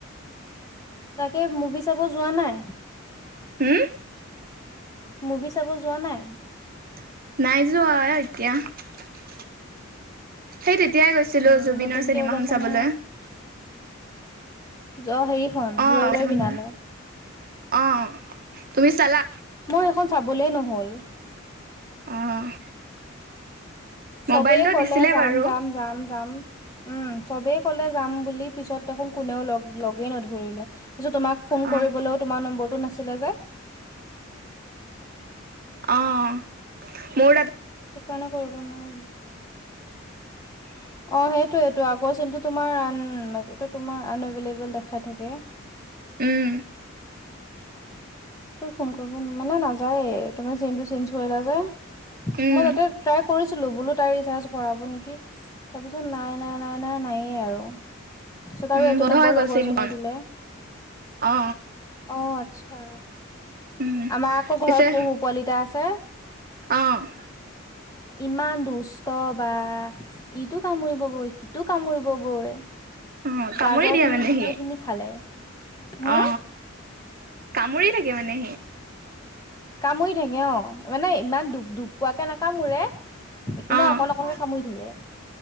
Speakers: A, on the left; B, on the right.
A: তাকে মুভি চাব যোৱা নাই?
B: হুম?
A: মুভি চাব যোৱা নাই?
B: নাইযোৱা অ, এতিয়া। সেই তেতিয়াই গৈছিলোঁ
A: উম
B: জুবিনৰ
A: নতুনকে
B: চিনেমাখন
A: ওলাইছে
B: চাবলৈ।
A: নহয় অ', হেৰিখন
B: অ',
A: ৰৈ ৰৈ বিনালে,
B: অ'। তুমি চালা
A: মই খন চাবলে নহ'ল।
B: অ',
A: চবেই
B: মোবাইলটো
A: ক'লে
B: দিছিলে
A: যাম
B: বাৰু
A: - যাম - যাম - যাম, উম, চবেই কলে যাম বুলি পিছত দেখোন কোনেও ল লগে নধৰিলেি, পিছত তোমাক ফোন
B: অ',
A: কৰিবলৈ তোমাৰ নম্বৰটো নাছিল নাছিলে যে।
B: অ', মোৰ তাত
A: ত' কাৰণে কৰিব নোৱাৰিলোঁ। অ', সেইটোৱেতো আগৰ চিমটো তোমাৰ আন এইটো তোমাৰ আনএভেইলেবল দেখাই থাকে।
B: উম,
A: ত' ফোন কৰিব মানে নাযায় তুমি চিমটো চেঞজ কৰিলা যে
B: উম।
A: মই তাতে ট্ৰাই কৰিছিলোঁ বোলো তাই ৰিচাৰ্জ ভৰাব নেকি, তাৰ পিছত নাই- নাই -নাই -নাই, নায়েই আৰু। তাৰ পিছত
B: উম
A: আৰু এইটো
B: বন্ধ
A: নম্বৰ
B: হৈ গ'ল
A: লগৰ
B: চিমখন
A: এজনীয়ে দিলে।
B: অ
A: অ', আচ্ছা
B: উম
A: আমাৰ আকৌ
B: পিছে
A: ঘৰত পহু পোৱালী এটা আছে।
B: অ',
A: ইমান দুষ্ট বা ইটো কামুৰিবগৈ সিটো কামুৰিবগৈ।
B: অ কামুৰি
A: গাজৰ
B: দিয়ে
A: খিনি
B: মানে সি
A: গোটেইখিনি খালে, হুম,
B: অ কামুৰি থাকে মানে সি।
A: কামুৰি থাকে অ', মানে ইমান দু দুক পোৱাকে নাকামোৰে। এনে
B: অ অ
A: অকন অকনকে কামুৰি থাকে।